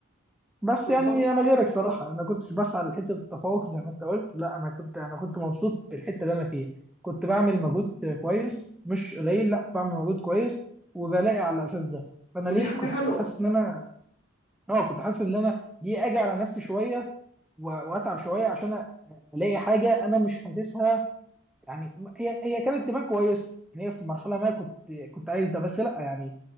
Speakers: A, in the centre; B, on the left.
A: بس
B: بالظبط
A: يعني انا غيرك صراحه انا كنتش بسعى لحته التفوق زي ما انت قلت لا انا كنت انا كنت مبسوط بالحته اللي انا فيها كنت بعمل مجهود كويس مش قليل لا بعمل مجهود كويس وبلاقي على الاساس ده فانا
B: ودي
A: ليه
B: حاجه
A: كنت
B: حلوه
A: حاسس ان انا اه كنت حاسس ان انا ليه اجي على نفسي شويه و- واتعب شويه عشان الاقي حاجه انا مش حاسسها يعني م- هي هي كانت تبان كويسه يعني هي في مرحله ما كنت كنت عايز ده بس لا يعني